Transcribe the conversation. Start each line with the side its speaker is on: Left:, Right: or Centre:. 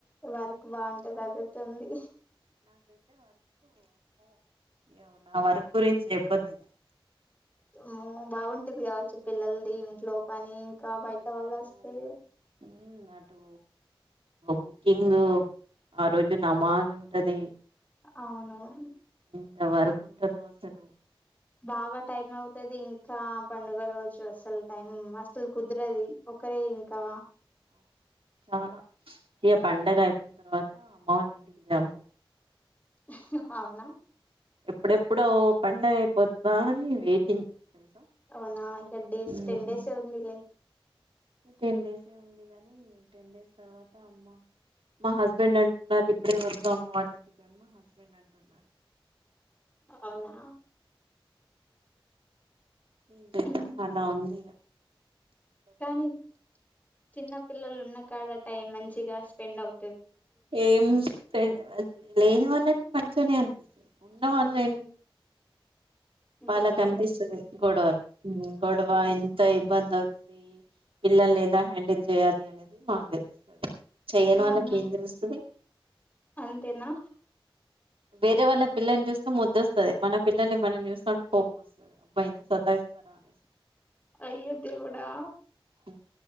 Left: వర్క్ బాగుంటది అదైతే ఉంది
Right: ఏమో నా వర్క్ గురించి చెప్పొద్దిగ
Left: మ్మ్ బాగుంటది కావచ్చు పిల్లల్ది ఇంట్లో పనీ ఇంకా బయట వాళ్ళొస్తే
Right: మ్మ్ అటు కుకింగ్ ఆ రోజు నమాజ్ ఉంటది.
Left: అవునవును.
Right: ఇంత వర్క్ఉంటదో అసలు
Left: బాగా టైం అవుతది ఇంకా పండుగ రోజు అసలు టైం అస్సలు కుదరదు. కరే ఇంకా
Right: అవును ఏప్ పండగ అయిపోయిన తర్వాత అమ్మ వాళ్ళ ఇంటికి జంపు.
Left: హ్హ్ అవునా
Right: ఎప్పుడెప్పుడో పండగ అయిపోద్దా అని వెయిటింగ్. తెలుసా
Left: అవునా ఇంకా డేస్
Right: ఉమ్.
Left: టెన్ డేస్ ఎ ఉందిలే.
Right: టెన్ డేసే ఉంది కానీ టెన్ డేస్ తర్వాత అమ్మ మా హస్బెండ్ అంటున్నారు ఇప్పుడే వరకు అమ్మ వాళ్ళ ఇంటికి అని మా హస్బెండ్ అంటున్నారు.
Left: అవునా
Right: ఇం చేద్దాం
Left: ఉమ్
Right: అలా ఉంది ఇక
Left: కానీ చిన్నపిల్లలు ఉన్న కాడ టైం మంచిగా పిన్నవ్
Right: ఏం లే లేని వాళకి మంచిగానే అని ఉండవన్నె వాళ్ళకి
Left: గొడవగా
Right: అనిపిస్తది గొడవలు గొడవ ఇంత ఇబ్బంది అవు అ పిల్లలు ఎలా హ్యాండిల్ చేయాలి అనేది మాకు తెలుసు చెయని
Left: అవునా
Right: వాళ్ళకి ఏం తెలుస్తది.
Left: అంతేనా
Right: వేరే వాళ్ళ పిల్లల్ని చూస్తే ముద్దొస్తది. మన పిల్లల్ని మనం చూస్తా ఉంటే కోపం వస్తది. అబ్బాయి ఎంత సతాయిస్తారా అనే
Left: అయ్యో దేవుడా
Right: ఊ